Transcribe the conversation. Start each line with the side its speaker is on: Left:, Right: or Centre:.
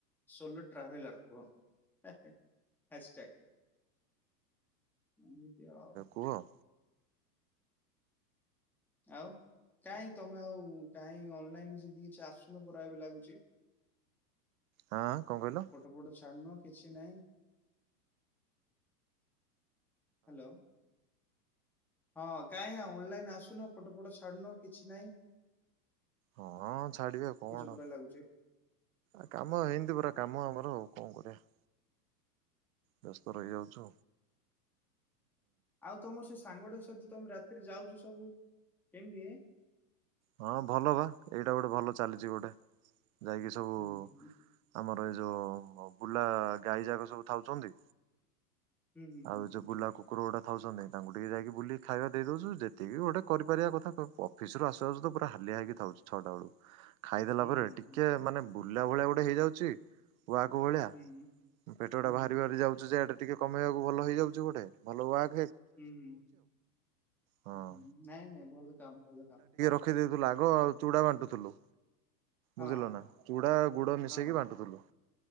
Centre: ସୋଲୋ ଟ୍ରଭେଲର କୁହନ୍ତି ହେ ହେ ହ୍ୟାଷ୍ଟେକ୍। ଏମିତି ଆଉ।
Right: କୁହ ହଁ
Centre: ଆଉ କାହିଁ ତମେ ଆଉ କାହିଁ ଅନଲାଇନରେ ସେମିତି କିଛି ଆସୁନି ପରା ଏବେ ଲାଗୁଛି।
Right: ହାଁ କଣ କହିଲ?
Centre: ଫଟୋ ଫଟ ଛାଡୁନ କିଛି ନାହିଁ। ହ୍ୟାଲୋ। ହଁ କାଇଁ ଆଉ ଅନଲାଇନ୍ ଆସୁନ ଫଟୋ ଫଟ ଛାଡୁନ କିଛି ନାଇଁ।
Right: ହଁ ଛାଡିବି କଣ
Centre: ପରା ଲାଗୁଛି
Right: ଆ କାମ ଏମିତି ପୂରା କାମ ଆମର ଆଉ। <unintelligible> ବ୍ୟସ୍ତ ରହିଯାଉଛୁ
Centre: ଆଉ ତମ ସେ ସାଙ୍ଗଟା ସହିତ ତମେ ରାତିରେ ଯାଉଛ ସବୁ କେମତି
Right: ହଁ ଭଲ ବା ଏଇଟା ଗୋଟେ ଭଲ ଚାଲିଛି ଗୋଟେ। ଯାଇକି ସବୁ
Centre: ହୁଁ
Right: ଆମର
Centre: ହୁଁ ହୁଁ
Right: ଆମର ଏ ଯୋଉ ବୁଲା ଗାଈ ଯାକ ସବୁ ଥାଉଛନ୍ତି,
Centre: ହୁଁ ହୁଁ
Right: ଆଉ ଯୋଉ ବୁଲା କୁକୁର ଗୋଡା ଥାଉଛନ୍ତି ତାଙ୍କୁ ଟିକେ ଯାଇକି ବୁଲି ଖାଇବା ଦେଇଦଉଚୁ, ଯେତିକି ଗୋଟେ କରିପାରିବା କଥା ଅଫିସରୁ ଆସୁ ତା ସହିତ ପୁରା ହଲିଆ ହେଇକି ଥାଉଛ ଛଅଟା ବେଳକୁ ଖାଇଦେଲା
Centre: ହୁଁ
Right: ପରେ
Centre: ହୁଁ
Right: ଟିକେ ମାନେ ବୁଲିଲା ଭଳିଆ ଗୋଟେ ହେଇଯାଉଛି, କୁଆଙ୍କ ଭଳିଆ
Centre: ହୁଁ ହୁଁ ହୁଁ
Right: ପେଟଟା
Centre: ହୁଁ
Right: ବାହାରି
Centre: ହୁଁ
Right: ବାହାରି ଯାଉଛି ଯେ, ଟିକେ କମେଇବାକୁ ଭଲ ହେଇଯାଉଛି ଗୋଟେ ଭଲ ୱା
Centre: ହୁଁ ହୁଁ
Right: ହଁ
Centre: ହୁଁ ନାଇଁ ନାଇଁ ଭଲ କାମ ଭଲ କାମ,
Right: ରଖେଇଦଉଥିଲୁ ଆଗ ଆଉ ଚୁଡା ବାଣ୍ଟୁଥିଲୁ
Centre: ହଁ
Right: ବୁଝିଲ ନା ଚୁଡା ଗୁଡ ମିଶେଇକି
Centre: ହଁ ହଁ
Right: ବାଣ୍ଟୁଥିଲୁ,